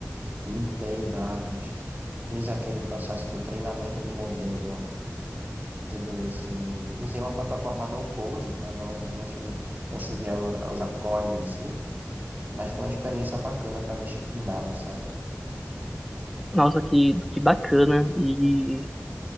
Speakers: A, on the right; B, in the centre.
A: Limpei dados, fiz aquele processo do treinamento do modelo e tudo isso. E usei uma plataforma no-code para não, não chegar, não cheguei a u- a usar código em si, mas foi uma experiência bacana para mexer com dados, sabe?
B: Nossa, que, que bacana. E